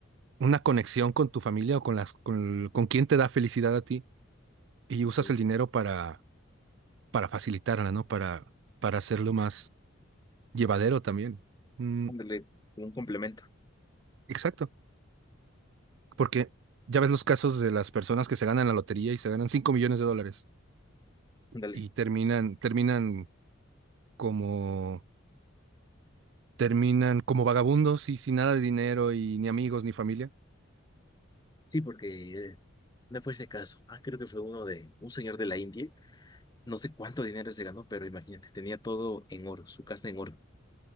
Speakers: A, on the right; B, on the left.
A: una conexión con tu familia o con las, con, con quien te da felicidad a ti y usas
B: Sí.
A: el dinero para, para facilitarla, ¿no? Para, para hacerlo más llevadero también. Mm,
B: Ándale, como un complemento,
A: exacto, porque ya ves los casos de las personas que se ganan la lotería y se ganan 5 millones de dólares
B: ándale.
A: y terminan, terminan como, terminan como vagabundos y sin nada de dinero y ni amigos ni familia.
B: Sí, porque eh, me fue ese caso. Ah, creo que fue uno de un señor de la India. No sé cuánto dinero se ganó, pero imagínate, tenía todo en oro, su casa en oro.